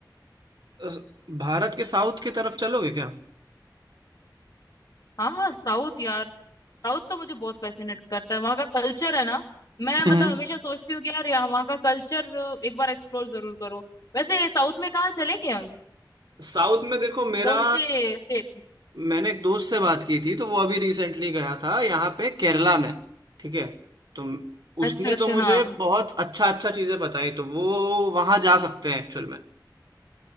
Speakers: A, on the right; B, on the left.
A: अ, भारत के साउथ की तरफ चलोगे क्या
B: हाँ हाँ साउथ यार साउथ तो मुझे बहुत फैसिनेट करता है वहाँ का कल्चर है ना मैं मतलब
A: हम्म
B: हमेशा सोचती हूँ कि यार यहाँ वहाँ का कल्चर एक बार एक्सप्लोर जरूर करूँ वैसे साउथ में कहाँ चलेंगे हम
A: साउथ में देखो मेरा
B: कौन से स्टेट
A: मैंने एक दोस्त से बात की थी तो वो अभी रिसेंटली गया था यहाँ पे केरला में ठीक है तो उसने
B: अच्छा अच्छा
A: तो मुझे
B: हाँ
A: बहुत अच्छा अच्छा चीजें बताई तो वो वहां जा सकते हैं एक्चुअल में